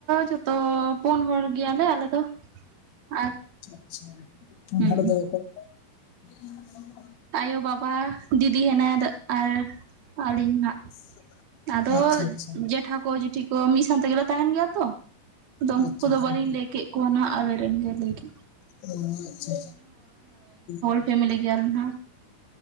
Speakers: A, on the right; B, on the left.
A: ᱡᱷᱚᱛᱚ ᱯᱩᱱ ᱦᱚᱲ ᱜᱮᱭᱟᱞᱮ ᱟᱞᱮ ᱫᱚ ᱟᱨ
B: ᱟᱪᱪᱷᱟ ᱯᱩᱱ
A: ᱦᱩᱸ᱾
B: ᱦᱚᱲ ᱫᱚ ᱚᱠᱚᱭ ᱠᱚ? <unintelligible>
A: ᱟᱭᱳ, ᱵᱟᱵᱟ, ᱫᱤᱫᱤ ᱦᱮᱱᱟᱭᱟ ᱫᱚᱜ ᱟᱨ ᱟᱞᱤᱧ ᱦᱟᱸᱜ᱾
B: <inaudible>
A: ᱟᱫᱚ
B: ᱟᱪᱪᱷᱟ ᱟᱪᱪᱷᱟ
A: ᱡᱮᱴᱷᱟ ᱠᱚ ᱡᱮᱴᱷᱤ ᱠᱚ ᱢᱤᱜ ᱥᱟᱶ ᱛᱮᱜᱮᱞᱮ ᱛᱟᱦᱮᱱ ᱜᱮᱭᱟ ᱛᱚ᱾ ᱟᱫᱚ ᱩᱱᱠᱩ
B: ᱟᱪᱪᱷᱟ
A: ᱠᱚᱫᱚ
B: ᱦᱮᱸ
A: ᱵᱟᱹᱞᱤᱧ
B: ᱦᱮᱸ
A: ᱞᱟᱹᱭ ᱠᱮᱜ ᱠᱚᱣᱟ ᱱᱟᱦᱟᱜ ᱟᱞᱮᱨᱮᱱ ᱜᱮ ᱞᱟᱹᱭ ᱠᱮ
B: ᱟ <unintelligible> ᱪᱷᱟ <unintelligible>
A: ᱪᱮᱫ ᱮᱢ ᱞᱟᱹᱭ ᱠᱮᱭᱟ ᱟᱨ ᱢᱤᱫ ᱫᱷᱟᱶ?